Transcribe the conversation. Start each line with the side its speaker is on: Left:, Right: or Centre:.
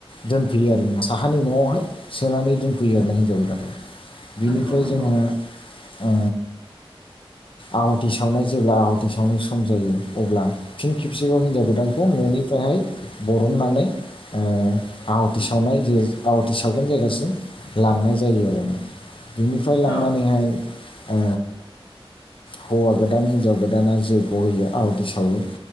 Left: दोनफैयो आरोना साहानि न'आवहाय सोनानै दोनफैयो आरो ना हिनजाव गोदानखौ बिनिफ्राय
Right: नंगौ नंगौ
Left: जोंहा आ आवाथि सावनाय जेब्ला आहाथि सावनो सम जायो अब्ला फिन खेबसेबाव हिन्जाव गोदानखौ न'निफ्रायहाय बरननानै आ आहाथि
Right: उम
Left: सावनाय जे आवाहाथि सावगोन जायगासिम लांनाय जायो आरो ना बेनिफ्राय
Right: औ
Left: लांनानैहाय आ हौवा गोदान हिन्जाव गोदाना जैग्य होयो आवदै सावो।